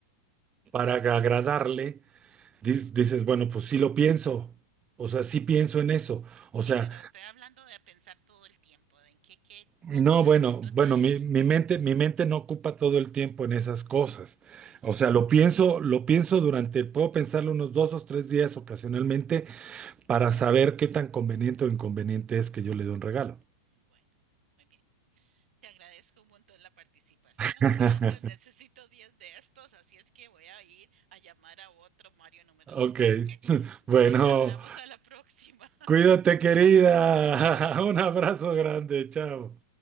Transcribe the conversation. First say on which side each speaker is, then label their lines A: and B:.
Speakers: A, on the right (about 15°); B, on the right (about 75°).
A: para agradarle? Dices, dices, bueno, pues sí lo pienso, o sea, sí pienso en eso, o
B: Sí,
A: sea,
B: pero estoy hablando de pensar todo el tiempo, de en qué, qué, cómo
A: no,
B: le
A: bueno,
B: demuestras
A: bueno,
B: a la
A: mi,
B: gente
A: mi
B: amor.
A: mente, mi mente no ocupa todo el tiempo en esas cosas,
B: Ok,
A: o
B: bueno,
A: sea, lo pienso, lo pienso durante, puedo pensarlo unos dos o tres días ocasionalmente para saber qué tan conveniente o inconveniente es que yo le dé un regalo.
B: bueno, muy bien. Te agradezco un montón la participación.
A: <laughs>
B: Gracias, <laughs> necesito 10 de estos, así es que voy a ir a llamar a otro Mario número
A: Ok,
B: 2.
A: <laughs>
B: ¿ok?
A: bueno,
B: Nos hablamos a la próxima. <laughs>
A: cuídate querida,
B: Chao.
A: <laughs> un abrazo grande, chao.